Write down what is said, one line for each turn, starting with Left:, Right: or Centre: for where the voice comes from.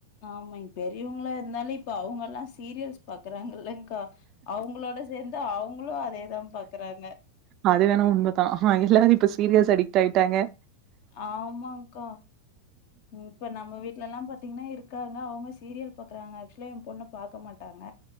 Left: ஆமே பெரியவங்களா இருந்தாலே இப்ப அவங்கல்லா சீரியல்ஸ் பாக்குறாங்க இல்லங்கா அவுங்களோட சேந்து அவுங்களு அதேதா பாக்குறாங்க
Right: அதுவென்னவோ உண்மதா எல்லாரு இப்ப சீரியல்ஸ் அடிக்ட் ஆயிட்டாங்க
Left: ஆமாங்க்கா இப்ப நம்ம வீட்லல்லா பாத்தீங்கன்னா இருக்காங்க அவுங்க சீரியல் பாக்குறாங்க ஆக்சுவலா எ பொண்ணு பாக்க மாட்டாங்க